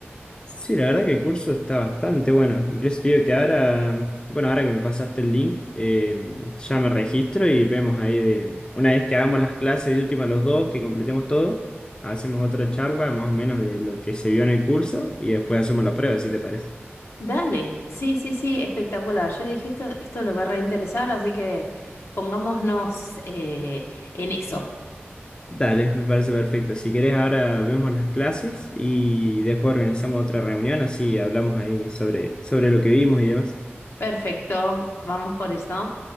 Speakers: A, on the left; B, on the left.
A: sí, la verdad que el curso está bastante bueno. Incluso te digo que ahora, bueno, ahora que me pasaste el link, eh, ya me registro y vemos ahí de, una vez que hagamos las clases de última los dos, que completemos todo, hacemos otra charla más o menos de lo que se vio en el curso y después hacemos la prueba, si te parece.
B: Dale, sí, sí, sí, espectacular. Yo dije, esto, esto le va a reinteresar, así que pongámonos eh, en eso.
A: Dale, me parece perfecto. Si querés, ahora vemos las clases y después organizamos otra reunión, así hablamos ahí sobre, sobre lo que vimos y demás.
B: Perfecto, vamos por eso.